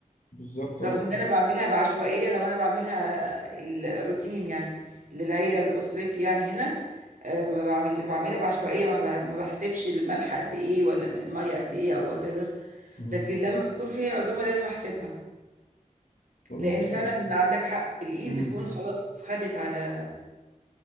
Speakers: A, on the left; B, on the right.
A: بالظبط اه
B: رغم ان انا بعملها بعشوائيه لو انا بعملها ال- الروتين يعني للعيله لاسرتي يعني هنا آه، ما بعمل بعملها بعشوائيه ما ب- ما بحسبش الملح قد ايه ولا الميه قد ايه او وات ايفر
A: امم
B: لكن لما بيكون في عزومه لازم احسبها
A: خلاص
B: لان فعلا
A: ماشي
B: عندك حق الايد
A: امم
B: بتكون خلاص خدت على